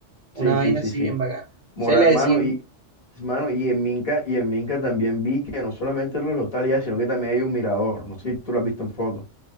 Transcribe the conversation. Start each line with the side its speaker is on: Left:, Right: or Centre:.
Right: Una
Left: Sí,
Right: vaina
Left: sí, sí,
Right: así
Left: sí.
Right: bien bacana.
Left: Moral,
Right: Se le decía
Left: mano,
Right: el
Left: y mano, y en Minca, y en Minca también vi que no solamente los hostales, ya, sino que también hay un mirador. No sé si tú lo has visto en fotos.